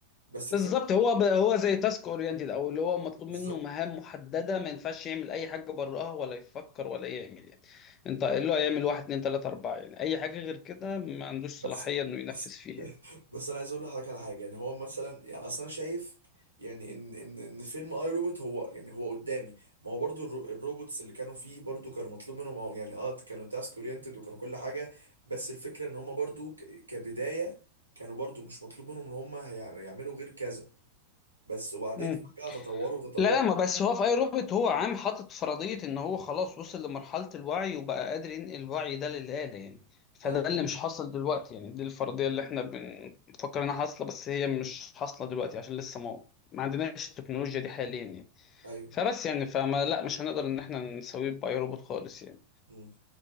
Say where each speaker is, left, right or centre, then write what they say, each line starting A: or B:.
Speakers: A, on the right; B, on the left.
A: بس
B: بالظبط
A: الفكرة
B: هو ب... هو زي تاسك اورينتد او اللي هو مطلوب
A: بالظبط
B: منه مهام محدده ما ينفعش يعمل اي حاجه براها ولا يفكر ولا يعمل يعني انت اللي هو يعمل واحد اتنين تلاته اربعه يعني اي حاجه غير كده ما عندوش
A: بس
B: صلاحيه انه ينفذ
A: بس
B: فيها يعني.
A: بس انا عايز اقول لحضرتك على حاجه يعني هو مثلا يعني اصل انا شايف يعني ان ان ان فيلم اي روبوت هو يعني هو قدامي ما هو برضو الرو- الروبوتس اللي كانوا فيه برضو كانوا مطلوب منهم هو يعني اه كانوا تاسك اورينتد وكانوا كل حاجه بس الفكره ان هم برضو ك- كبدايه كانوا برضو مش مطلوب منهم ان هم هيع- يعملوا غير كذا بس وبعدين
B: مم.
A: فجاه تطوروا تطوروا
B: لا لا ما بس هو في اي روبوت هو عام حاطط فرضيه ان هو خلاص وصل لمرحله الوعي وبقى قادر ينقل الوعي ده للاله يعني فده
A: اه
B: اللي مش حاصل دلوقتي يعني دي الفرضيه اللي احنا بنفكر انها حاصله بس هي مش حاصله دلوقتي عشان لسه ما ما عندناش التكنولوجيا دي حاليا يعني
A: ايوه
B: فبس يعني فما لا مش هنقدر ان احنا نسويه باي روبوت خالص يعني
A: مم.